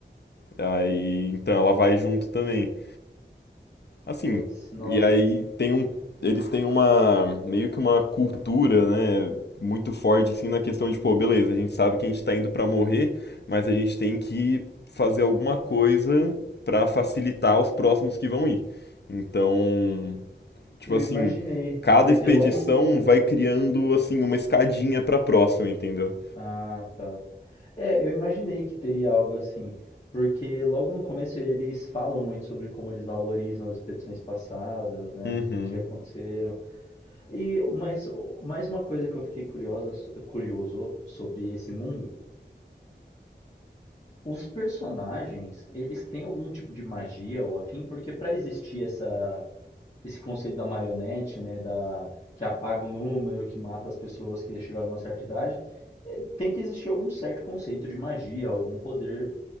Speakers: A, on the left; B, on the left.
A: Aí, então ela vai junto também. Assim,
B: Putz, nossa.
A: e aí tem um, eles têm uma, meio que uma cultura, né, muito forte, assim, na questão de, pô, beleza, a gente sabe que a gente tá indo pra morrer, mas a gente tem que fazer alguma coisa pra facilitar os próximos que vão ir. Então, tipo
B: Eu
A: assim,
B: imaginei,
A: cada
B: porque
A: expedição
B: logo no começo.
A: vai criando, assim, uma escadinha pra próxima, entendeu?
B: Ah, tá. É, eu imaginei que teria algo assim, porque logo no começo eles falam muito sobre como eles valorizam as expedições passadas, né,
A: Uhum,
B: que aconteceram. E mas mais uma coisa que eu fiquei curiosa, curioso sobre esse mundo. Os personagens, eles têm algum tipo de magia ou afim? Porque para existir essa esse conceito da marionete, né, da que apaga o número, que mata as pessoas que chegaram a uma certa idade, eh, tem que existir algum certo conceito de magia, algum poder